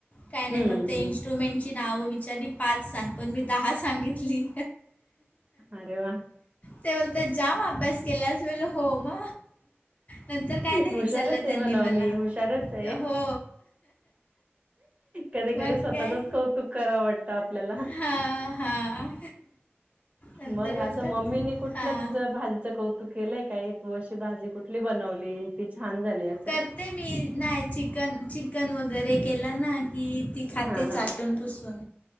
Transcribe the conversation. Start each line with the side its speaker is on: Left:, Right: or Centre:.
Left: काय नाय,
Right: हं,
Left: फक्त इन्स्ट्रुमेंटची
Right: हं.
Left: नावं विचारली पाच सांग, पण मी दहा सांगितली.
Right: अरे वाह!
Left: ते बोलतात जाम अभ्यास केलास, मी बोललो हो म नंतर काय नाही
Right: हुशारच
Left: विचारलं
Right: आहे
Left: त्यांनी
Right: म्हणावं
Left: मला,,
Right: मी हुशारच
Left: हो.
Right: कधी
Left: मग
Right: कधी स्वतःचच
Left: काय
Right: कौतुक करावं वाटतं आपल्याला.
Left: हां हां. नंतर
Right: मग
Left: बोलतात
Right: असं मम्मीने कुठलं
Left: हां
Right: तुझं भाज कौतुक केलंय काय, तू अशी भाजी कुठली बनवली ती छान झाली अस
Left: करते मी, नाही चिकन चिकन वगैरे केला ना कि ती खाते
Right: हां, हां.
Left: चाटून पुसून.